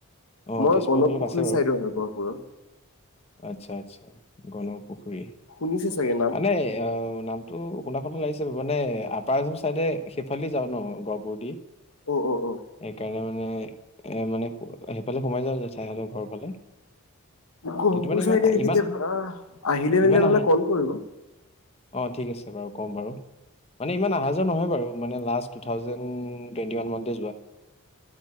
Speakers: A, on the left; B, on the left.
A: অ',
B: মই
A: তেজপুৰত
B: গণক
A: অলপ
B: পুখুৰী
A: আছে বাৰু
B: চাইদৰ হয় গহপুৰৰ
A: আচ্ছা আচ্ছা গণক পুখুৰী
B: শুনিছে চাগে নাম
A: মানে অ নামটো শুনা শুনা লাগিছে মানে আপাৰ আছাম চাইডে সেইফালে যাওঁ ন গহপুৰ দি
B: অ অ অ,
A: সেইকাৰণে মানে এ, মানে সেইফালে সোমাই যাওঁ জেঠাই হতৰ ঘৰৰ ফালে।
B: গহপুৰ
A: কিন্তু মানে ইমান,
B: চাইডে
A: ইমান
B: কেতিয়াবা আহিলে মেলিলে
A: ইমান
B: নহলে
A: অ
B: কল কৰিব
A: অ ঠিক আছে বাৰু ক। কম বাৰু। মানে ইমান অহা যোৱা নহয় বাৰু মানে লাষ্টট টু থাউজেণ্ড টুৱেন্টি ওৱান মান মানতে যোৱা।